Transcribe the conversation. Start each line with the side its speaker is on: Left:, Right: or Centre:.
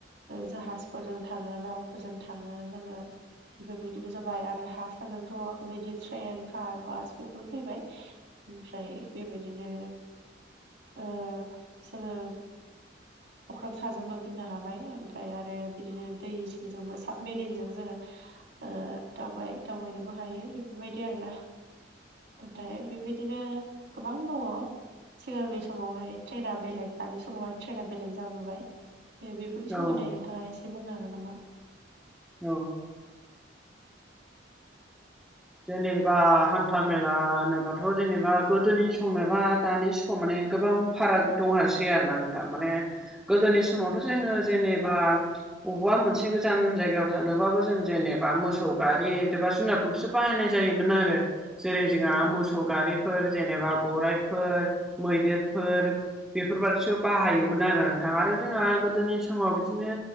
Right: जाहाजफोरजों थाङो नावफोरजों थाङो जोङो बेफोरबायदिबो जाबाय आरो हा साजोंथ' बेदि ट्रेन कार बास बेफोर फैबाय ओमफ्राय बेबायदिनो ओ जोङो <inaudible> अख्राब साजोंबो बिरनो हाबाय ओमफफ्राय आरो बिदिनो दै सिंजोंबो साबमेरिनजों जोङो ओ दावबाय दावबायनोबो हायो बेफोरबायदि आरोना नाथाय बेबायदिनो गोबां दङ सिगांनि समावहाय ट्रेना बेलेग दानि समावहाय ट्रेना बेलेग जाबोबाय बेफोरनि सोमोन्दै
Centre: औ
Right: नोंथाङा एसे बुंनो हागोन नामा?
Centre: औ जेनेबा हान्था मेला होनोबाथ' जेनेबा गोदोनि सम एबा दानि समाव माने गोबां फाराग दं आरोसै आरोना नोंथां माने गोदोनि
Right: औ
Centre: समावथ' जोङो जेनेबा बबेबा मोनसे गोजान जायगायाव थांनोबाबो जों जेनेबा मोसौ गारि एबा जुनारफोरखौ सो बहायनाय जायोमोन आरो जेरै जोंना
Right: औ
Centre: मोसौ गारिफोर जेनेबा गराइफोर मैदेरफोर बेफोरबादिसो बाहायोमोन आरोा नोंथां आरो जोंहा गोदोनि समाव बिदिनो